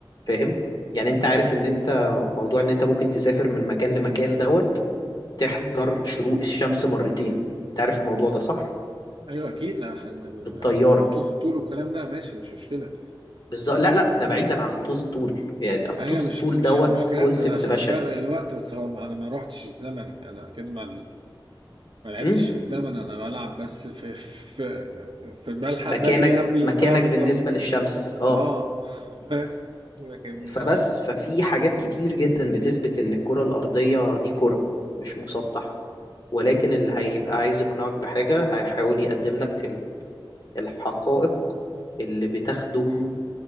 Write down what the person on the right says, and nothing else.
أيوه أكيد لا عشان ال-
الخطوط الطول والكلام ده ماشي مش مشكلة
أيوه مش
مش
مش كارثة
ده عشان
فرق الوقت بس هو أنا ما روحتش الزمن أنا كده ما ما لعبتش
في الزمن أنا بلعب بس في في في بلحق
بجري قبل
ال- أه بالظبط
أه <laughs> بس لكن مش